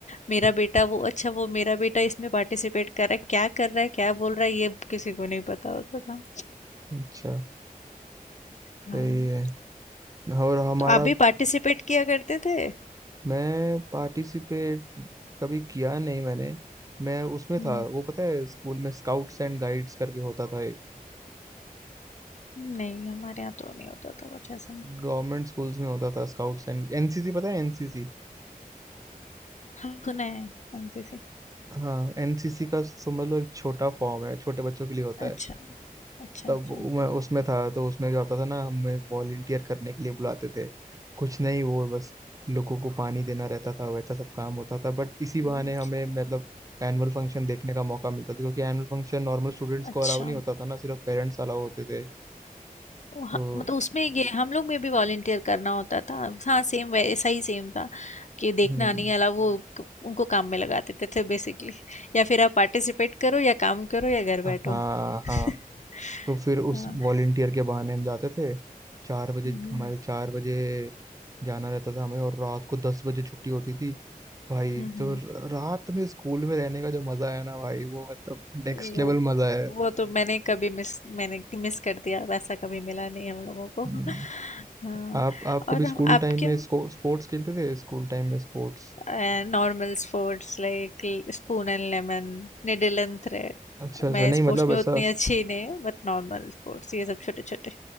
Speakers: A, on the left; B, on the right.
A: मेरा बेटा वो अच्छा वो मेरा बेटा इसमें पार्टिसिपेट कर रहा है क्या कर रहा है क्या बोल रहा है ये किसी को नहीं पता होता था
B: अच्छा सही
A: हाँ
B: है और हमारा
A: तो आप भी पार्टिसिपेट किया करते थे
B: मैं पार्टिसिपेट कभी किया नहीं मैंने मैं उसमें
A: हम्म,
B: था वो पता है स्कूल में स्काउट्स एंड गाइड्स करके होता था एक
A: नहीं हमारे यहाँ तो नहीं होता था कुछ ऐसा
B: गवर्नमेंट स्कूल्स में होता था स्काउट्स एंड एनसीसी पता है एनसीसी
A: हाँ सुना है एनसीसी
B: हाँ एनसीसी का समझ लो एक छोटा फॉर्म है छोटे बच्चों के लिए होता
A: अच्छा
B: है
A: अच्छा
B: तब
A: अच्छा
B: मैं उसमें था तो उसमें क्या होता था ना हमें वॉलंटियर करने के लिए बुलाते थे कुछ नहीं वो बस लोगों को पानी देना रहता था वैसा सब काम होता था बट इसी बहाने
A: हम्म,
B: हमें मतलब एनुअल फंक्शन देखने का मौका मिलता था क्योंकि एनुअल फंक्शन नॉर्मल स्टूडेंट्स को
A: अच्छा
B: अलाउ नहीं होता था ना सिर्फ पेरेंट्स अलाउ होते थे
A: वो ह-
B: तो
A: मतलब उसमें ये हम लोग में भी वॉलेंटियर करना होता था हाँ सेम वैसा ही सेम था कि देखना
B: हम्म
A: नहीं अलावा वो क- उनको काम में लगा देते थे बेसिकली या फिर आप पार्टिसिपेट करो या काम करो या घर बैठो
B: हाँ
A: <laughs>
B: हाँ तो फिर उस
A: हाँ
B: वॉलेंटियर के बहाने हम जाते थे चार बजे
A: हम्म
B: हमारे चार बजे जाना रहता था हमें और रात को दस बजे छुट्टी होती थी भाई
A: हम्म
B: जो र- रात में स्कूल में रहने का जो मजा आया ना भाई वो मतलब नेक्स्ट
A: ये
B: लेवल
A: वो
B: मजा है
A: वो तो मैंने कभी मिस मैंने मिस कर दिया वैसा कभी मिला नहीं हम लोगों को
B: हम्म।
A: हाँ
B: आप आप
A: और
B: कभी स्कूल
A: हम आपके
B: टाइम में इसको स्पोर्ट्स खेलते थे स्कूल टाइम में स्पोर्ट्स
A: and normal sports like l- spoon and lemon, needle and thread.
B: अच्छा अच्छा
A: मैं
B: नहीं
A: स्पोर्ट्स
B: मतलब
A: में
B: ऐसा
A: उतनी अच्छी नहीं हूँ बट नॉर्मल स्पोर्ट्स ये सब छोटे छोटे